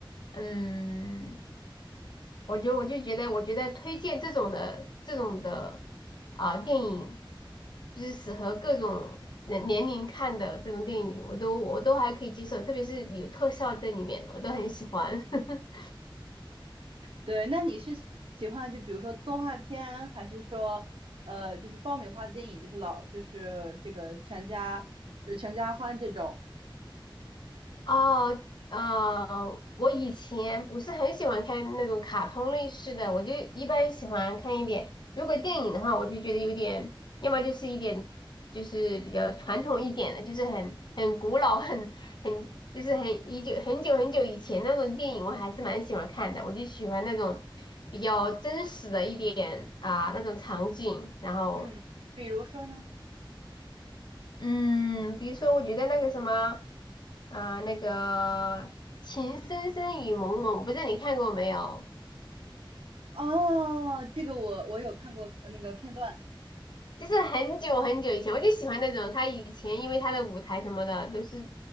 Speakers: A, on the left; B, on the right.
A: 嗯。我觉得我就觉得，我觉得推荐这种的这种的啊、电影，就是适合各种人年龄看的这种电影，我都我都还可以接受，特别是有特效在里面的，我都很喜欢。<laughs>
B: 对，那你是喜喜欢就比如说动画片，还是说呃就是爆米花电影，就是老就是这个全家呃全家欢这种？
A: 哦，呃，我以前不是很喜欢看那种卡通类似的，我就一般喜欢看一点。如果电影的话，我就觉得有点，要么就是一点，就是比较传统一点的，就是很很古老、很很就是很已久很久很久以前那种电影，我还是蛮喜欢看的。我就喜欢那种比较真实的一点啊、那种场景，然后。
B: 嗯，比如说呢？
A: 嗯，比如说，我觉得那个什么，啊、那个《情深深雨蒙蒙》，我不知道你看过没有？
B: 哦，这个我我有看过呃那个片段。
A: 就是很久很久以前，我就喜欢那种他以前，因为他的舞台什么的都是